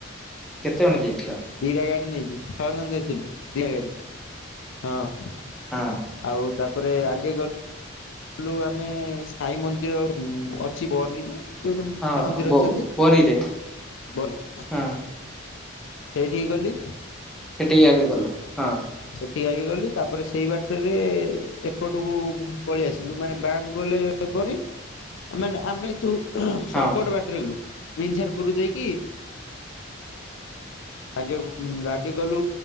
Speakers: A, in the centre; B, on the left.
A: କେତେ ଜଣ ଯାଇଥିଲା?
B: ଦିଟା ଗାଡି ନେଇକି ଛଅ ଜଣ ଯାଇଥିଲୁ ଦିଟା ଗାଡି ହଁ।
A: ହଁ।
B: ଆଉ ତାପରେ ଆଗେ ଗଲେ କଲୁ ଆମେ ସାଇ ମନ୍ଦିର ଅଛି ବରୀରେ
A: ହଁ
B: ମନ୍ଦିର
A: ବୋ
B: ଅଛନ୍ତି
A: ବୋରିରେ
B: ବଲ
A: ହଁ
B: ସେଇଠିିକି ଗଲି।
A: ସେଠିକି ଆଗେଇ ଗଲ ହଁ।
B: ଠିଆ ହେ ଗଲି ତାପରେ ସେଇ ବାଟରେ ଏପଟକୁ ପଳେଇ ଆସିଲୁ ମାନେ ବ୍ୟାଙ୍କ ଗଲେ ପ ମାନେ ଆମେ ତୁ ସଟକଟ
A: ହଁ
B: ବାଟ ମି ପୁର ଦେଇକି ଆଗେ ରାଗେ ଗଲୁ